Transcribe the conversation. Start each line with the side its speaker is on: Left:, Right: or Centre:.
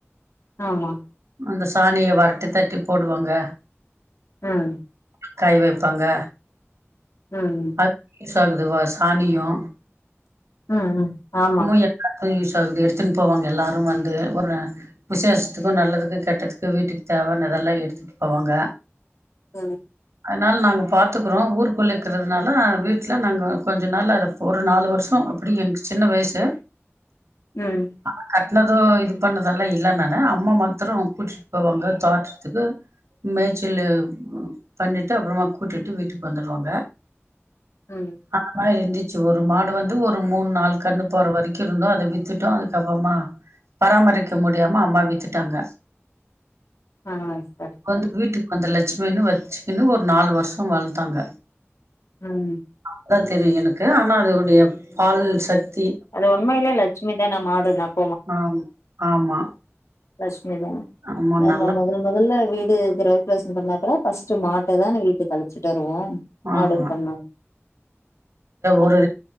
Left: ஆமா
Right: அந்த சாணிய வரட்டி தட்டி போடுவாங்க
Left: ம்
Right: காய் வப்பாங்க
Left: ம்
Right: அது யூஸ் ஆகுதுவா சாணியு
Left: ம் ம் ஆமா
Right: இன்னமு யூஸ் ஆகுது எடுத்துன் போவாங்க எல்லாரு வந்து ஒரு விசேஷத்துக்கு நல்லது கெட்டதுக்கு வீட்டுக்கு தேவானதெல்லா எடுத்துட்டு போவாங்க
Left: ஆ ஆ
Right: அதனால் நாங்க பாத்துக்குறோ ஊருக்குள்ளக்குறதுனால வீட்ல நாங்க கொஞ்சோ நாள்வ அத ஒரு நாலு வருஷோ அப்பிடி எனக்கு சின்ன வயசு
Left: ம்
Right: அ கட்னதோ இது பண்ணதெல்லா இல்ல நானு அம்மா மாத்துரோ கூட்டிட்டு போவாங்க தோட்டதுக்கு மேய்ச்சலு பண்ணிட்டு அப்பறமா கூட்டிட்டு வீட்டுக்கு வந்துடுவாங்க
Left: ம்
Right: அந்த மாரி இருந்துச்சு ஒரு மாடு வந்து ஒரு மூணு நாள்க் கண்ணு போற வரைக்கு இருந்தோ அத வித்துட்டோ அதுக்கப்புறமா பராமரிக்க முடியாம அம்மா வித்துட்டாங்க
Left: ஆ சரி
Right: வந்து
Left: சரி
Right: வீட்டுக்கு வந்த லட்சுமின்னு வச்சுக்கின்னு ஒரு நாலு வருஷோ வளத்தாங்க
Left: ம்
Right: அதா தெரியு எனக்கு ஆனா அதோடைய பால் சக்
Left: அது உண்மயிலே லட்சமி தான் மாடு நமக்
Right: ஆம் ஆமா
Left: லட்சுமி தா
Right: ஆமா
Left: நம்ம
Right: நல்லா
Left: மொதல் மொதல்ல வீடு கிரகப்பிரவேசோ பண்ண அப்பனே ஃபஸ்ட்டு மாட்ட தான வீட்டுக்கு அழிச்சிட்டு வருவோ மாடுன்னு
Right: ஆமா
Left: <unintelligible> அது
Right: ஒரு